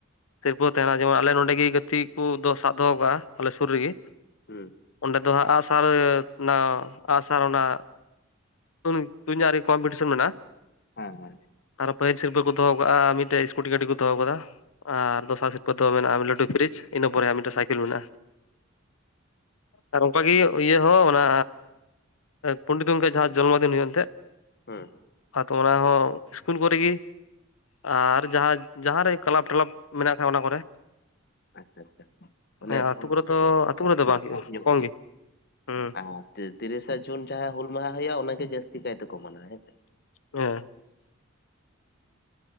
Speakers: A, on the left (about 85°); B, on the left (about 50°).
A: ᱥᱤᱨᱯᱟᱹ ᱛᱟᱦᱮᱱᱟ ᱡᱮᱢᱚᱱ ᱟᱞᱮ ᱱᱚᱸᱰᱮ ᱜᱮ ᱜᱟᱛᱮᱜ ᱠᱚ ᱫᱚᱥ ᱦᱟᱜ ᱠᱚ ᱫᱚᱦᱚ ᱠᱟᱜᱼᱟ ᱟᱞᱮ ᱥᱩᱨ ᱨᱮᱜᱮ
B: ᱦᱮᱸ
A: ᱚᱸᱰᱮ ᱫᱚ ᱦᱟᱸᱜ ᱟᱸᱜᱼᱥᱟᱨ ᱚᱱᱟ ᱟᱸᱜᱼᱥᱟᱨ ᱚᱱᱟ <unintelligible> ᱟᱨ ᱠᱚᱢᱯᱤᱴᱤᱥᱚᱱ ᱢᱮᱱᱟᱜᱼᱟᱱᱟ
B: ᱦᱮᱸ ᱦᱮᱸ
A: ᱯᱟᱹᱦᱤᱞ ᱥᱤᱨᱯᱟᱹ ᱠᱚ ᱫᱚᱦᱚᱣ ᱠᱟᱜᱼᱟ ᱢᱤᱫᱴᱮᱡ ᱤᱥᱠᱩᱴᱤ ᱜᱟᱹᱰᱤ ᱠᱚ ᱫᱚᱦᱚᱣ ᱠᱟᱫᱟ ᱟᱨ ᱫᱚᱥᱟᱨ ᱥᱤᱨᱯᱟᱹ ᱫᱚ ᱢᱮᱱᱟᱜᱼᱟ ᱞᱟᱹᱰᱩ ᱯᱷᱨᱤᱡ᱾ ᱤᱱᱟᱹ ᱯᱚᱨᱮ ᱢᱤᱫᱴᱮᱱ ᱥᱟᱭᱠᱮᱞ ᱢᱮᱱᱟᱜᱼᱟ᱾ ᱟᱨ ᱚᱱᱠᱟᱜᱮ ᱤᱭᱟᱹ ᱦᱚᱸ ᱚᱱᱟ ᱯᱚᱱᱰᱤᱛ ᱜᱚᱢᱠᱮ ᱡᱟᱦᱟᱸ ᱡᱚᱱᱢᱚ ᱫᱤᱱ ᱦᱩᱭᱩᱜ ᱮᱱᱛᱮᱜ
B: ᱦᱩᱸ
A: ᱟᱫᱚ ᱚᱱᱟ ᱦᱚᱸ ᱤᱥᱠᱩᱞ ᱠᱚᱨᱮᱜ ᱜᱮ᱾ ᱟᱨ ᱡᱟᱦᱟᱸ ᱡᱟᱦᱟᱸᱨᱮ ᱠᱞᱟᱯ ᱴᱚᱞᱟᱯ ᱢᱮᱱᱟᱜ ᱠᱷᱟ ᱚᱱᱟ ᱠᱚᱨᱮ᱾
B: ᱟᱪᱪᱷᱟ ᱟᱪᱪᱷᱟ ᱢᱟᱱᱮ
A: ᱦᱮ ᱟᱹᱛᱩ
B: ᱯᱚᱱᱰᱤᱛ
A: ᱠᱚᱨᱮ
B: ᱨᱚᱜᱷᱩᱱᱟᱛᱷ
A: ᱫᱚ ᱟᱹᱛᱩ
B: ᱢᱩᱨᱢᱩ
A: ᱠᱚᱨᱮ ᱫᱚ
B: ᱛᱷᱚᱲᱟ
A: ᱵᱟᱝ ᱦᱩᱭᱩᱜᱼᱟ
B: ᱧᱚᱜ
A: ᱠᱚᱢ ᱜᱮ ᱦᱩᱸ
B: ᱟᱨ ᱛᱤᱨᱤᱥᱟ ᱡᱩᱱ ᱡᱟᱦᱟᱸ ᱦᱩᱞ ᱢᱟᱦᱟ ᱦᱩᱭᱩᱜᱼᱟ ᱚᱮ ᱡᱟᱹᱥᱛᱤ ᱠᱟᱭ ᱛᱮᱠᱚ ᱢᱟᱱᱟᱣᱟ ᱦᱮᱸᱥᱮ
A: <unintelligible>